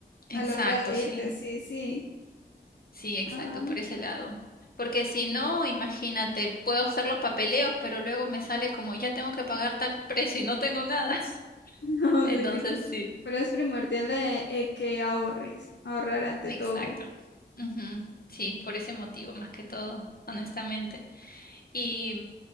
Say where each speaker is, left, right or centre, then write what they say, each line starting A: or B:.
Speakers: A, on the left; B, on the left.
A: Exacto,
B: a la hora de
A: sí,
B: irte, sí, sí.
A: sí, exacto,
B: Ah,
A: por ese lado. Porque si no, imagínate, puedo hacer los papeleos, pero luego me sale como ya tengo que pagar tal precio y no tengo nada.
B: <laughs> no,
A: <laughs> Entonces
B: sí, sí.
A: sí,
B: Pero es primordial eh, eh, que ahorres, ahorrar ante
A: exacto.
B: todo.
A: Ujú, Sí, por ese motivo más que todo, honestamente. Y,